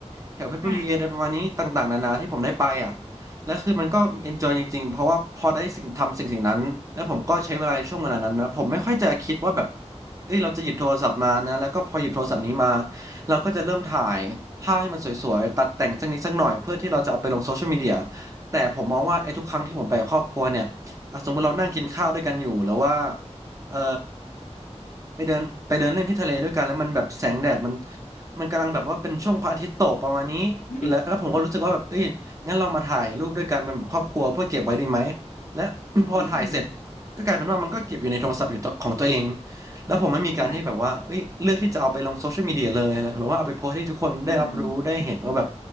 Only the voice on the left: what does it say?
ค่ะ
อืม
อืม
ใช่เออ